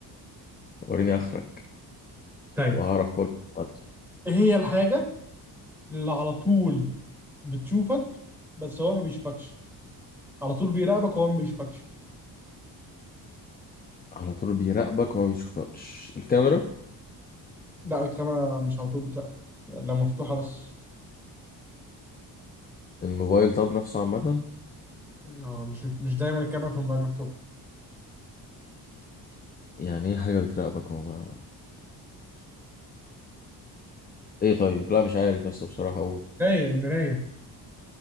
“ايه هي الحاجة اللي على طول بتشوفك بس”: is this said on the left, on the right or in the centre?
Centre